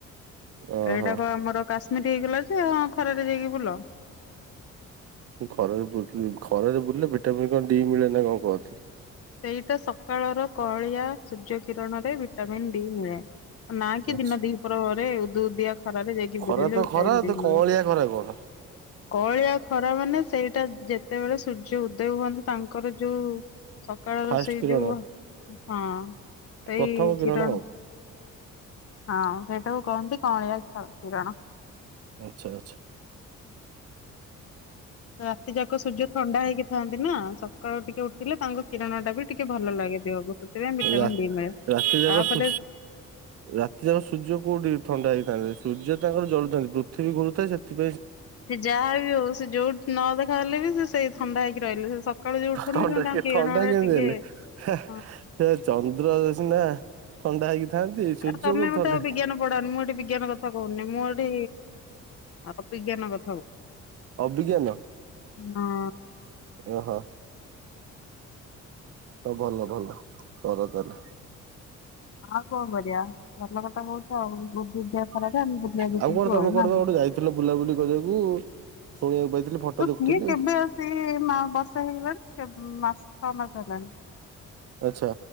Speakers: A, on the right; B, on the left.
A: ଓହୋ
B: ଏଇଟା କଁ ଆମର କାଶ୍ମୀରି ହେଇଗଲା ଯେ ହଁ ଖରାରେ ଯାଇକି ବୁଲ।
A: ସେ ଖରା ରେ ବୁ ଖରା ରେ ବୁଲିଲେ ଭିଟାମିନ କଣ ଡି ମିଳେ ନା କଣ କହନ୍ତି?
B: ସେଇଟା ସକାଳର କଁଳିଆ ସୂର୍ଯ୍ୟ କିରଣରେ ଭିଟାମିନ୍ ଡି ମିଳେ। ନା କି
A: ଆଛା
B: ଦିନ ଦି ପ୍ରହରେ ଉଦୁ ଉଦିଆ ଖରାରେ ଯାଇକି
A: ଖରା
B: ବୁଲିଲେ
A: ତ
B: ଭିଟାମିନ
A: ଖରା
B: ଡି
A: ତ
B: ମିଳିବ।
A: କଅଁଳିଆ ଖରା କଣ
B: କଅଁଳିଆ ଖରା ମାନେ ସେଇଟା ଯେତେବେଳେ ସୂର୍ଯ୍ୟ ଉଦୟ ହୁଅନ୍ତି ତାଙ୍କର ଯୋଉ ସକାଳର
A: ଫାଷ୍ଟ
B: ସେଇ
A: କିରଣ
B: ଯୋଉ ହଁ ସେଇ
A: ପ୍ରଥମ
B: କିରଣ
A: ଆଉ।
B: ହଁ ସେଇଟାକୁ କହନ୍ତି କଅଁଳିଆ <unintelligible> କିରଣ।
A: ଆଚ୍ଛା ଆଚ୍ଛା।
B: ରାତି ଯାକ ସୂର୍ଯ୍ୟ ଥଣ୍ଡା ହେଇକି ଥାନ୍ତି ନା ସକାଳୁ ଟିକେ ଉଠିଲେ ତାଙ୍କୁ କିରଣ ଟା ବି ଟିକେ ଭଲ ଲାଗେ ଦେହକୁ ସେଥିପାଇଁ ଭିଟାମିିନ
A: ରା
B: ଡି ମିଳେ
A: ରାତି ଯାକ
B: ତାପରେ
A: ସୁ ରାତି ଯାକ ସୂର୍ଯ୍ୟ କୋଉଠି ଥଣ୍ଡା ହେଇଥାନ୍ତେ ସୂର୍ଯ୍ୟ ତାଙ୍କର ଜଳୁଥାନ୍ତି ପୃଥିବୀ ଘୁରୁଥାଏ ସେଥିକଁ
B: ସେ ଯାହା ବିି ହଉ ସେ ଯୋଉଠି ନ ଦେଖାହଲେ ବି ସେ ସେଇ ଥଣ୍ଡା ହେଇକି ରହିଲେ ସେ ସକାଳୁ ଯୋଉ ଉଠନ୍ତି
A: ଥଣ୍ଡା
B: ସେ ତାଙ୍କ
A: ଥଣ୍ଡା
B: କିରଣରେ
A: କେମିତି
B: ଟିକେ
A: ହେଲେ ହେଁ
B: ହଁ
A: ଚନ୍ଦ୍ର <unintelligible> ନା ଥଣ୍ଡା ହେଇକି ଥାନ୍ତି ସୂର୍ଯ୍ୟ
B: ଆଉ ତମେ
A: କୋଉଠି
B: ମୋତେ
A: ଥଣ୍ଡା
B: ଆଉ ବିଜ୍ଞାନ ପଢାଉନି ମୁଁ ଏଠି ବିଜ୍ଞାନ କଥା କହୁନି ମୁଁ ଏଠି ଆଉ ବିଜ୍ଞାନ କ-
A: ଅଭିଜ୍ଞାନ?
B: ହଁ।
A: ଓହୋ। ହଁ ଭଲ ଭଲ କର ତାହଲେ।
B: ଆଉ କଣ କରିବା ଭଲ କଥା କହୁଛ ଉଦଉଦିଆ ଖରାରେ।
A: ଆଉ
B: ଆମେ ବୁଲିବାକୁ ଯିବୁ
A: କଣ ତମେ
B: ଆଉ
A: କୁଆଡେ
B: ନାହିଁ
A: ଯାଇଥିଲ ପା ବୁଲାବୁଲି କରିବାକୁ? ଶୁଣିବାକୁ ପାଇଥିଲି ଫଟୋ
B: ଆ ସିଏ
A: ଦେଖୁଥିଲି
B: କେବେ ଆସି ମାସ ହେଇଗଲାଣି କେ ଛଅ ମାସ ହେଲାଣି।
A: ଆଛା।